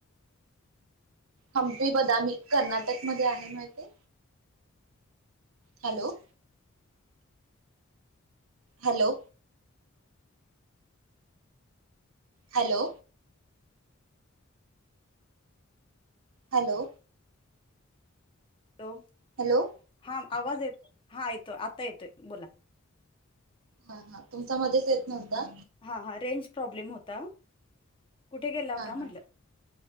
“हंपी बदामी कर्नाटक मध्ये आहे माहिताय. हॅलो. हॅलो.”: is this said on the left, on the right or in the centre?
Right